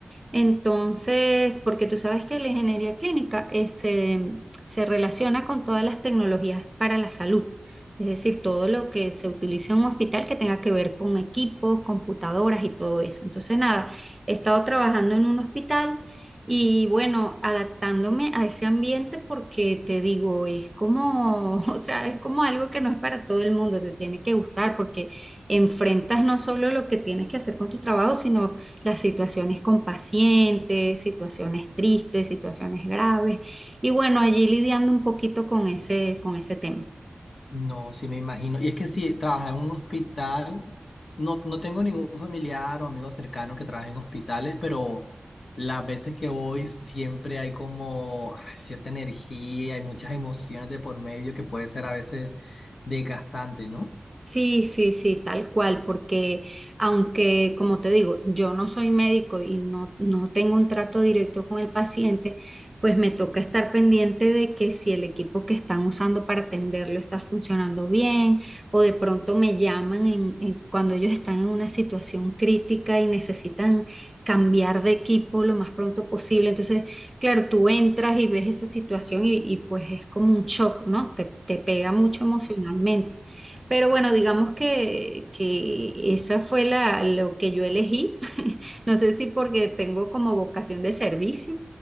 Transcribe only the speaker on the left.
No, sí me imagino. Y es que si trabajas en un hospital, no, no tengo ningún familiar o amigo cercano que trabaje en hospitales, pero las veces que voy siempre hay como ah, cierta energía, hay muchas emociones de por medio que puede ser a veces desgastante, ¿no?